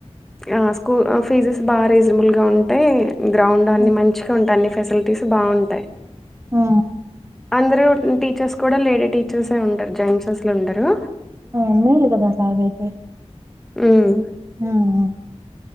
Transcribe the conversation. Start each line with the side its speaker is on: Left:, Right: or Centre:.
Centre: ఆ స్కూల్ ఫీజెస్ బాగా రీజనబుల్ గా ఉంటాయి గ్రౌండ్ అన్ని
Right: హ్మ్.
Centre: మంచిగా ఉంటాయిన్ని ఫెసిలిటీస్ బాగుంటాయి
Right: ఆ
Centre: అందర టీచర్స్ కూడ లేడీ టీచర్స్ ఉంటారు జెంట్స్ అసలు ఉండరు
Right: ఆ మేలుగద సాగైతే
Centre: హ్మ్.
Right: ము ము